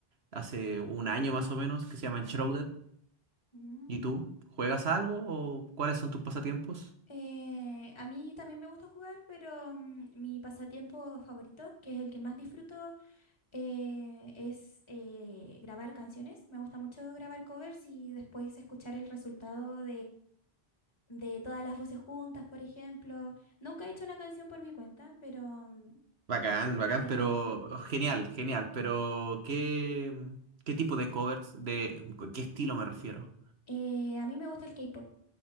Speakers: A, on the right; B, on the left.
A: hace un año más o menos, que se llama Enshrouded.
B: Mm,
A: ¿Y tú? ¿Juegas algo o cuáles son tus pasatiempos?
B: Eh, a mí también me gusta jugar, pero mm, mi pasatiempo favorito, que es el que más disfruto, eh, es eh, grabar canciones. Me gusta mucho grabar covers y después escuchar el resultado de todas las voces juntas, por ejemplo. Nunca he hecho una canción por mi cuenta, pero mm,
A: Bacán, bacán,
B: eh,
A: pero genial, genial, pero ¿qué, qué tipo de covers, de qué estilo me refiero?
B: eh, a mí me gusta el K-pop.